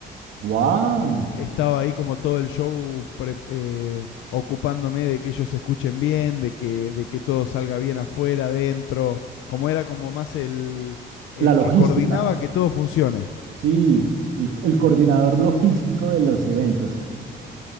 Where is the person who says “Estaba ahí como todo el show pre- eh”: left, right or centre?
Left